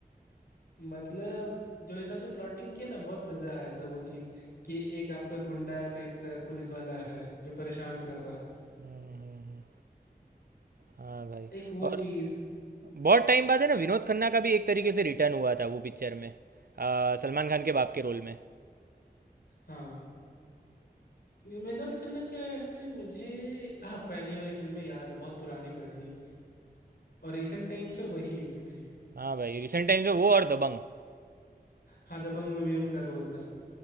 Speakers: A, on the left; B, on the right.
A: मतलब जो हिसाब से प्लॉटिंग किया ना बहुत मजा आया था वो चीज कि एक आपका गुंडा टाइप का पुलिस वाला है जो परेशान कर रहा
B: हम्म, हम्म, हम्म, हाँ भाई
A: एक वो
B: और
A: चीज
B: बहुत टाइम बाद है ना विनोद खन्ना का भी एक तरीके से रिटर्न हुआ था वो पिक्चर में आ, सलमान खान के बाप के रोल में
A: हाँ ये मेहनत खन्ना का ऐसे मुझे हाँ पहली वाली फिल्म में याद है बहुत पुरानी पुरानी और रिसेंट टाइम्स में वही एक थी
B: हाँ भाई रिसेंट टाइम्स में वो और दबंग
A: हाँ दबंग में भी उनका रोल था